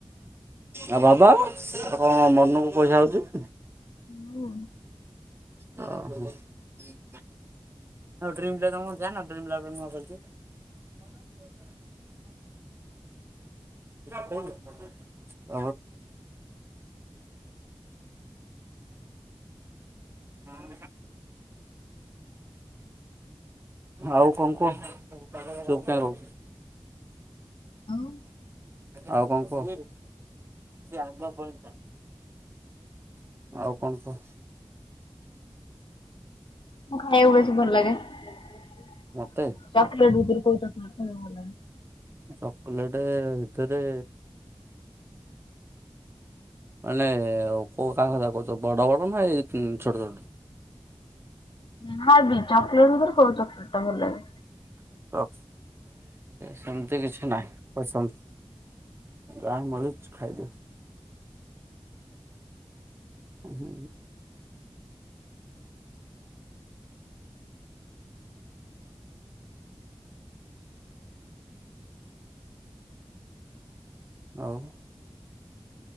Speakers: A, on the right; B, on the left.
A: ଆ ବାବା ଆ କଣ ମନକୁ ପଇସା ହଉଚି
B: ହଁ।
A: <inaudible> ଆଉ ଡ୍ରିମ୍ ଜାଗା ମୁଁ ଜାଣି ନଥିଲି ବ୍ଲକ୍ ରେ ନୂଆ ଖୋଲିଚି। <unintelligible> ତାପରେ <inaudible> ଆଉ କଣ କୁହ ଚୁପ୍ କାଇଁ ରହୁ
B: ନା।
A: ଆଉ କଣ କୁହ? <unintelligible> ଆଉ। କଣ କହ?
B: କଁ ଖାଇଆ କୁ ବେଶୀ ଭଲ ଲାଗେ? ଚକଲେଟ୍
A: ମତେ
B: ଉବରେ କୋଉ ଚକଲେଟ୍ ଖାଇବାକୁ ଭଲ ଲାଗେ?
A: ଚକଲେଟେ ଭିତରେ ମାନେ କୋଉ କାମ କଥା କହୁଚ ବଡ ବଡ ନା ଏଇ ଉଁ ଛୋଟ ଛୋଟ?
B: ହଁ ଯେ ଚକଲେଟ ଭିତରେ କୋଉ ଚକଲେଟ ଟା ଭଲ ଲାଗେ
A: <unintelligible> ସେମିତି କିଛି ନାହିଁ ପସନ୍ଦ। ଗା ମୁରୁଚ ଖାଇଦେ। ଉଁ ହୁଁ। ଆଉ